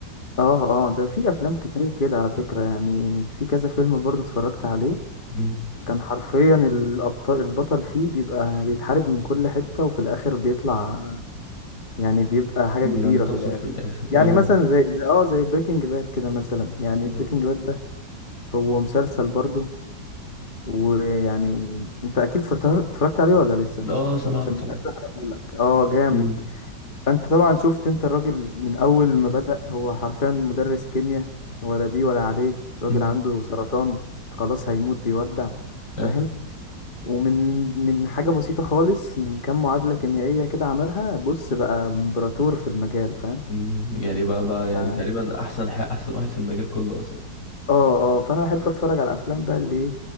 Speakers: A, on the left (about 30°); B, on the left (about 75°).
A: اه اه ده في افلام كتير كده على فكرة يعني في كذا فيلم برضو اتفرجت عليه
B: مم.
A: كان حرفيا الابطال البطل فيه بيبقى بيتحارب من كل حتة وفي الاخر بيطلع يعني بيبقى حاجة
B: بينتصر
A: كبيرة في الاخر
B: في الاخر
A: يعني
B: اه
A: مثلا زي زي- اه زي بريكنج باد كده مثلا يعني
B: مم.
A: بريكنج باد ده هو مسلسل برضو ويعني انت اكيد اتفرجت اتفرجت عليه ولا لسه
B: اه سمعت
A: عشان مش
B: طبعا
A: عايز احرقهولك اه جامد
B: مم.
A: فانت طبعا شفت انت الراجل من اول ما بدأ هو حرفيا مدرس كيمياء ولا بيه ولا عليه راجل
B: مم.
A: عنده سرطان خلاص هيموت بيودع
B: فاهم
A: فاهم ومن من حاجة بسيطة خالص من كام معادلة كيميائية كده عملها بص بقى امبراطور في المجال فاهم
B: مم. يعني بقى بقى يعني
A: ف-
B: تقريبا احسن حق احسن واحد في المجال كله اصلا
A: اه اه فانا بحب اتفرج على الافلام بقى اللي ايه